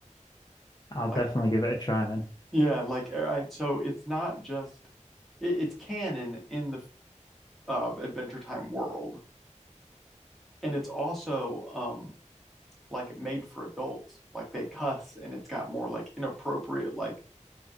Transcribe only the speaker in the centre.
Like
yeah, like all right, so it's not just it, it's canon in the uh, Adventure Time world. And it's also um, like made for adults. Like they cuss and it's got more like inappropriate like